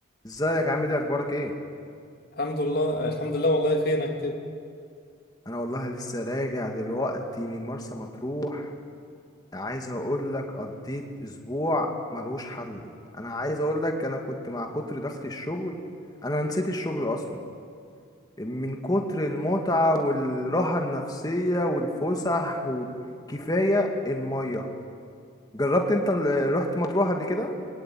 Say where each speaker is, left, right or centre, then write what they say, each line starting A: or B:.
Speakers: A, on the left; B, on the left.
A: ازيك عامل ايه اخبارك ايه
B: الحمد لله الحمد لله والله فينك كده
A: انا والله لسه راجع دلوقتي من مرسى مطروح عايز اقول لك قضيت اسبوع ملوش حل انا عايز اقول لك انا كنت مع كتر ضغط الشغل انا نسيت الشغل اصلا من كتر المتعة والراحة النفسية والفسح وكفاية المية جربت انت ال- رحت مطروح قبل كده